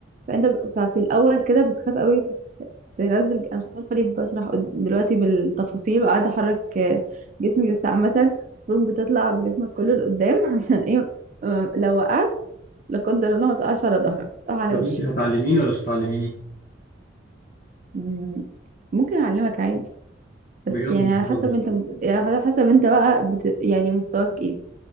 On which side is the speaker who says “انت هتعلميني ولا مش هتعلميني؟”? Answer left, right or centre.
Left